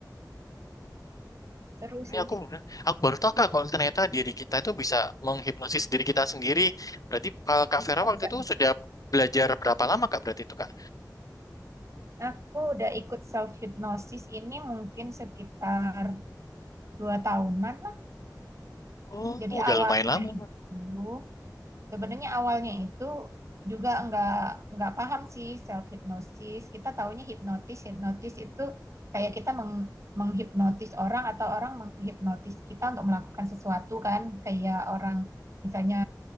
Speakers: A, on the right; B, on the left.
A: Seru sih.
B: Ini aku eh, aku baru tahu Kak kalau ternyata diri kita itu bisa menghipnosis diri kita sendiri. Berarti eh, Kak
A: Bisa,
B: Vera waktu
A: bisa.
B: itu sudah belajar berapa lama Kak berarti itu Kak?
A: Aku udah ikut self hypnosis ini mungkin sekitar dua tahunan lah.
B: Oh,
A: Jadi
B: udah
A: awalnya
B: lumayan lama.
A: itu Sebenarnya awalnya itu juga nggak nggak paham sih self hypnosis. Kita taunya hipnotis, hipnotis itu kayak kita meng, menghipnotis orang atau orang menghipnotis kita untuk melakukan sesuatu kan, kayak orang misalnya